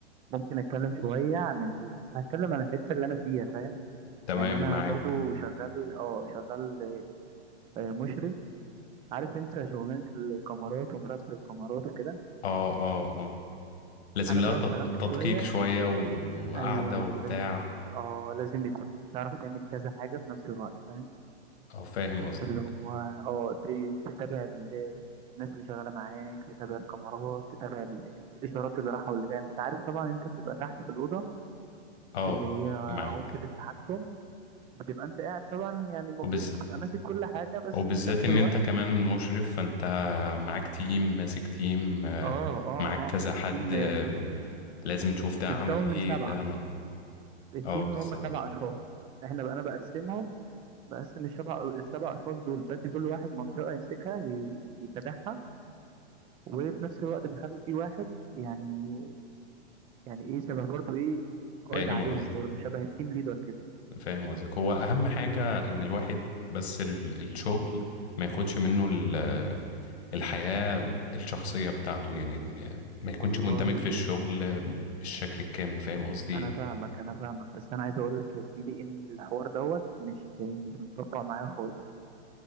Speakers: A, on the right (about 15°); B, on the left (about 70°).
A: ممكن اتكلم شويه عن ال... بس هتكلم عن الحته اللي انا فيها فاهم
B: تمام
A: يعني انا
B: معاك
A: برضو شغال اه شغال آه، مشرف عارف انت شغلانه الكاميرات ومراقبه الكاميرات وكده
B: اه اه اه لازم
A: انا
B: لها
A: بقى
B: تط-
A: اشتغلت
B: تدقيق
A: شويه
B: شوية وقعدة
A: ايوه
B: وبتاع
A: لازم اه لازم يكون تعرف تعمل كذا حاجه في نفس الوقت فاهم
B: اه فاهم قصدك
A: اللي هو اه ت- تتابع ال- الناس اللي شغاله معاك تتابع الكاميرات تتابع ال- الاشارات اللي رايحه واللي جايه انت عارف طبعا انت بتبقى تحت في الاوضه
B: اه
A: اللي هي
B: معاك
A: غرفة التحكم بتبقى انت قاعد طبعا يعني المفروض
B: وبز...
A: انت تبقى ماسك كل حاجة بس
B: وبالذات
A: في نفس
B: ان
A: الوقت
B: انت كمان مشرف فانت معاك تيم ماسك تيم آه،
A: اه اه
B: معاك
A: اه
B: كذا
A: ماسك
B: حد
A: تيم
B: آه،
A: آه،
B: ب- لازم تشوف ده
A: متكون
B: عمل ايه
A: من سبعة
B: ده ما...
A: التيم
B: اه بالظبط
A: هم سبع اشخاص احنا بقى انا بقسمهم بقسم السبع السبع اشخاص دول بدي كل واحد منطقة يمسكها ي- يتابعها وفي نفس الوقت بخلي في واحد يعني يعني ايه شبه برضو ايه قائد
B: فاهم
A: عليهم
B: قصدك
A: برضو شبه التيم ليدر كده
B: فاهم قصدك هو اهم حاجة ان الواحد بس ال- الشغل ما ياخدش منه ال- الحياة الشخصية بتاعته يعني إن ما يكونش
A: والله
B: مندمج في الشغل بالشكل الكامل فاهم قصدي إيه؟
A: انا فاهمك انا فاهمك بس انا عايز اقول لك يا زميلي ان الحوار دوت مش مش متطبق معايا خالص